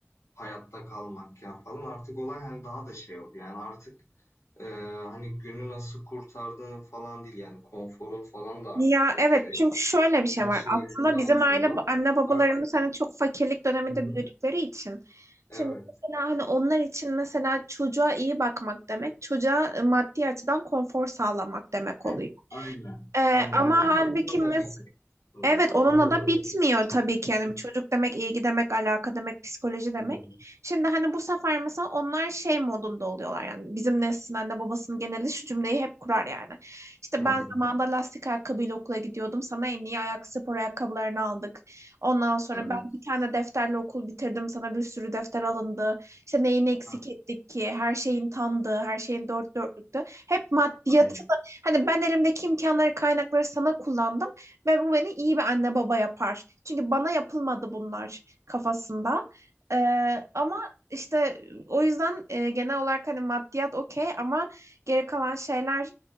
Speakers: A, on the left; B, on the right.
A: hayatta kalmakken falan artık olay hani daha da şey oldu. Yani artık e, hani günü nasıl kurtardığın falan değil yani konforun falan da artık
B: Ya
A: çok
B: evet
A: şey.
B: çünkü şöyle bir şey
A: Her
B: var.
A: şey
B: Aslında
A: elinin
B: bizim
A: altında.
B: aile anne babalarımız
A: Artık
B: hani çok fakirlik döneminde
A: hı hı,
B: büyüdükleri için.
A: evet.
B: Şimdi mesela hani onlar için mesela çocuğa iyi bakmak demek, çocuğa maddi açıdan konfor sağlamak demek
A: Heh,
B: oluyor.
A: aynen.
B: Ee,
A: Aynen.
B: ama
A: Ama
B: halbuki
A: bunu
B: mesela
A: da biliyorsun
B: Evet
A: da yani
B: onunla
A: bunun
B: da
A: da
B: bitmiyor
A: ötesi.
B: tabii ki. Yani
A: Hı
B: çocuk demek, ilgi demek, alaka demek, psikoloji demek.
A: hı,
B: Şimdi hani bu sefer mesela onlar şey modunda oluyorlar yani. Bizim neslin anne babasının geneli şu cümleyi hep kurar yani. İşte
A: hı hı.
B: ben zamanında lastik ayakkabıyla okula gidiyordum. Sana en iyi ayak spor ayakkabılarını aldık. Ondan sonra
A: Evet.
B: ben bir tane defterle okul bitirdim. Sana bir sürü defter alındı. İşte neyini eksik
A: Ha,
B: ettik ki? Her şeyin tamdı, her şeyin dört dörtlüktü. Hep maddiyatı
A: aynen.
B: Hani ben elimdeki imkanları, kaynakları sana kullandım. Ve bu beni iyi bir anne baba yapar. Çünkü bana yapılmadı bunlar kafasında. Ee, ama işte o yüzden e, genel olarak hani maddiyat okey ama geri kalan şeyler